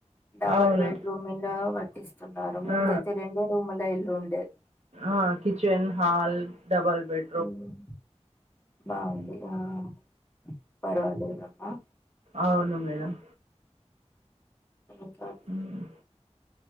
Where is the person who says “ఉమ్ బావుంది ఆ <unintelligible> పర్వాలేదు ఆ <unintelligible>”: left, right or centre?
Left